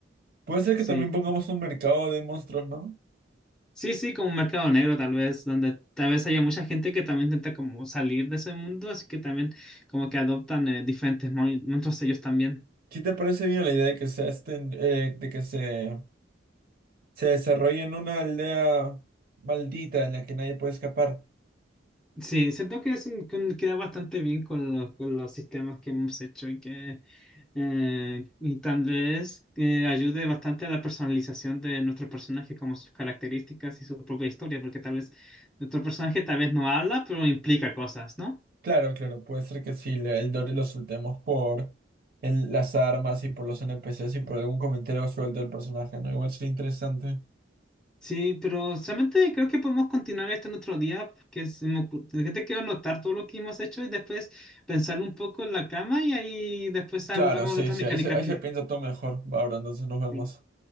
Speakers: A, on the right (about 50°); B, in the centre.
A: Puede ser
B: Sí,
A: que también pongamos un mercado de monstruos, ¿no?
B: Sí, sí, como un mercado negro tal vez, donde tal vez haya mucha gente que también intenta como salir de ese mundo, así que también como que adoptan eh, diferentes mon- monstruos ellos también.
A: ¿Sí te parece bien la idea de que se estén, eh, de que se, se desarrolle en una aldea maldita en la que nadie puede escapar?
B: Sí, siento que es un- que queda bastante bien con los, con los sistemas que hemos hecho y que eh, y tal vez eh, ayude bastante a la personalización de nuestro personaje, como sus características y su propia historia, porque tal vez nuestro personaje tal vez no habla, pero implica cosas, ¿no?
A: Claro, claro, puede ser que si le- el Dory lo soltemos por el- las armas y por los NPCs y por algún comentario suelto del personaje, ¿no? Igual sería interesante.
B: Sí, pero solamente creo que podemos continuar esto en otro día, porque se me ocur- que te quiero anotar todo lo que hemos hecho y después pensarlo un poco en la cama y ahí después hablamos
A: Claro, sí,
B: de otras
A: sí,
B: mecánicas
A: ahí se, ahí
B: que...
A: se piensa todo mejor. Va, bro, entonces nos vemos.
B: Sí.